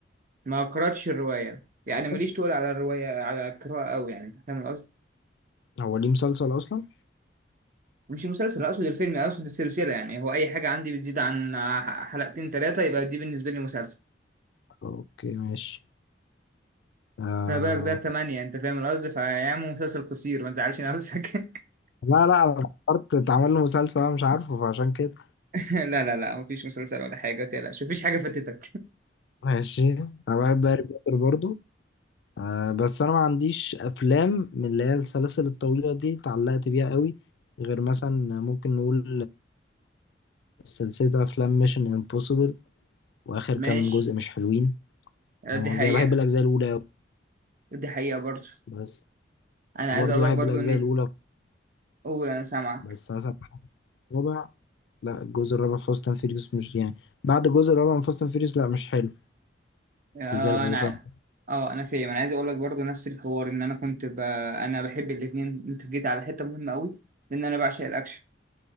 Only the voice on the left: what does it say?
مسلسل
هو ليه مسلسل اصلا
اوكي ماشي آه...
لا لا انا فكرت اتعمل له مسلسل انا مش عارفه فعشان كده
ماشي انا بحب هاري بوتر برضو آه بس انا ما عنديش افلام من اللي هي السلاسل الطويله دي اتعلقت بيها قوي غير مثلا ممكن نقول سلسله افلام ميشن امبوسيبل واخر
كام جزء مش حلوين
انا
قصدي
أنا بحب الاجزاء الاولى أوي،
بس
وبرضه
بحب
الاجزاء
الاولى
بس مثلا الرابع لا الجزء الرابع فاست اند فيريوس مش يعني بعد الجزء الرابع من فاست اند فيريوس لا مش حلو
بتزعل قوي
فاهم